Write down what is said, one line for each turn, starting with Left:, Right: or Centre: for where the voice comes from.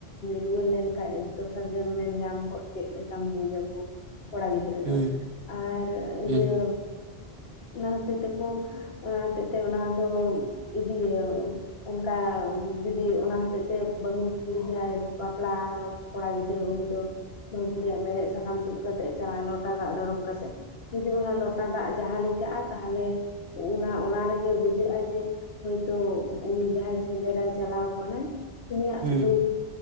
Left: ᱨᱩᱣᱟᱹᱲ ᱞᱮᱱᱠᱷᱟᱡᱽ ᱫᱚᱥᱟᱨ ᱡᱚᱱᱚᱢᱮ ᱧᱟᱢ ᱠᱚᱜ ᱪᱮᱫ ᱞᱮᱠᱟᱢ ᱵᱩᱡᱷᱟᱹᱣ ᱠᱚ ᱠᱚᱲᱟ ᱜᱤᱫᱽᱨᱟᱹ
Right: ᱦᱩᱸ
Left: ᱫᱚ ᱟᱨ
Right: ᱦᱩᱸ
Left: ᱤᱭᱟᱹ ᱚᱱᱟ ᱦᱚᱛᱮᱡ ᱛᱮᱠᱚ ᱚᱱᱟ ᱦᱚᱛᱮᱡᱼᱛᱮ ᱚᱱᱟ ᱫᱚ ᱤᱫᱤᱭᱟ ᱠᱚ ᱚᱱᱠᱟ ᱡᱩᱫᱤ ᱚᱱᱟ ᱦᱚᱛᱮᱡᱼᱛᱮ ᱵᱟᱹᱦᱩ ᱠᱩᱲᱤ ᱜᱮ ᱡᱟᱦᱟᱸᱭ ᱵᱟᱯᱞᱟ ᱠᱚᱲᱟ ᱜᱤᱫᱽᱨᱟᱹ ᱩᱱᱤ ᱫᱚ ᱵᱟᱹᱦᱩ ᱠᱩᱲᱤᱭᱟᱜ ᱢᱮᱦᱮᱫ ᱥᱟᱠᱟᱢ ᱛᱩᱫ ᱠᱟᱛᱮᱜ ᱮ ᱪᱟᱞᱟᱜ ᱞᱚᱴᱟ ᱫᱟᱜ ᱫᱚᱲᱚᱢ ᱠᱟᱛᱮᱫ, ᱡᱩᱫᱤ ᱚᱱᱟ ᱞᱚᱴᱟ ᱫᱟᱜ ᱡᱟᱦᱟᱸ ᱞᱮᱠᱟᱜᱼᱟ, ᱛᱟᱦᱚᱞᱮ ᱚᱱᱟ ᱚᱱᱟ ᱨᱮᱜᱮ ᱵᱩᱡᱷᱟᱹᱜᱼᱟ ᱡᱮ ᱦᱚᱭᱼᱛᱳ ᱩᱱᱤ ᱡᱟᱦᱟᱸᱭ ᱥᱮᱸᱫᱽᱨᱟᱭ ᱪᱟᱞᱟᱣ ᱠᱟᱱᱟᱭ, ᱩᱱᱤᱭᱟᱜ
Right: ᱦᱩᱸ
Left: ᱫᱩᱠᱷ